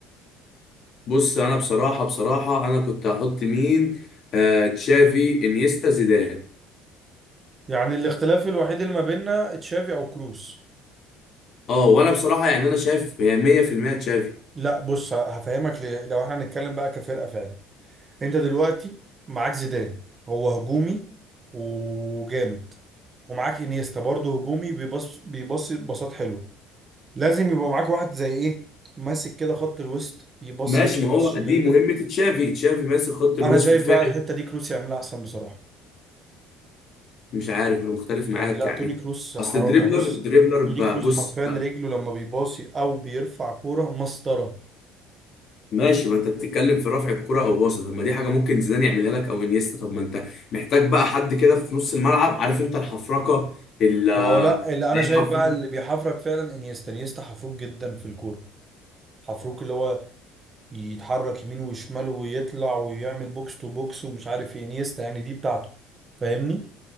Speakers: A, on the left; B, on the right.
A: بص انا بصراحه بصراحه انا كنت هحط مين آه تشافي انيستا زيدان
B: يعني الاختلاف الوحيد اللي ما بيننا تشافي او كروس
A: اه وانا بصراحه يعني انا شايف هي 100% تشافي
B: لا بص ه- هفهمك ليه لو احنا هنتكلم بقى كفرقة فعلا انت دلوقتي معاك زيدان هو هجومي وجامد ومعاك انيستا برضه هجومي بيبص بيبص بساط حلو لازم يبقى معاك واحد زي ايه ماسك كده خط الوسط يبص
A: ماشي
B: هنا
A: ما
B: يبص
A: هو
B: شمال
A: دي مهمه تشافي تشافي ماسك خط الوسط
B: انا شايف
A: دفاعي
B: بقى الحتة دي كروس يعملها احسن بصراحة
A: مش عارف انا مختلف معاك
B: يعني لا
A: يعني
B: توني كروس حرام
A: اصل الدريبلر
B: يعني بص
A: دريبلر
B: توني
A: بقى
B: كروس
A: بص
B: حرفيا رجله لما بيباصي او بيرفع كوره مسطره
A: ماشي ما انت بتتكلم في رفع الكرة او باصة طب ما دي حاجة ممكن زيدان يعملها لك او انيستا طب ما انت محتاج بقى حد كده في نص الملعب عارف انت الحفركة ال
B: ما هو لا اللي انا
A: لعيب
B: شايف
A: حفروك
B: بقى اللي بيحفرك فعلا انيستا انيستا حفروك جدا في الكوره حفروك اللي هو يتحرك يمين وشمال ويطلع ويعمل بوكس تو بوكس ومش عارف ايه انيستا يعني دي بتاعته فاهمني